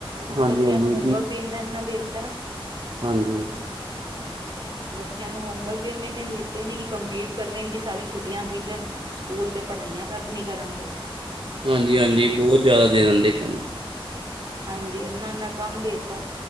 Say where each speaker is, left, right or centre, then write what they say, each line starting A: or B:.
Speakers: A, on the right; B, on the right.
A: ਹਾਂਜੀ
B: ਬੱਚਿਆਂ
A: ਹਾਂਜੀ
B: ਨੂੰ ਹੋਮਵਰਕ ਵੀ ਇਨਾ ਇਨਾ ਦੇ ਦਿੱਤਾ
A: ਹਾਂਜੀ
B: ਬੱਚਿਆਂ ਨੂੰ ਹੋਮਵਰਕ ਵੀ ਇੰਨੇ ਇੰਨੇ ਦੇਤੇ ਨੇ ਕਿ ਕੰਪਲੀਟ ਕਰਨੇ ਵੀ ਜੀ ਸਾਰੀ ਛੁੱਟੀਆਂ ਬੀਜਣ ਸਕੂਲ ਦੇ ਪੜ੍ਹਾਈਆਂ ਕੱਖ ਨਹੀਂ ਕਰਾਂਦੇ।
A: ਹਾਂਜੀ ਹਾਂਜੀ, ਬਹੁਤ ਜ਼ਿਆਦਾ ਦੇ ਦਿੰਦੇ ਕੰਮ।
B: ਹਾਂਜੀ, ਇੰਨਾ ਇੰਨਾ ਕੰਮ ਦੇਤਾ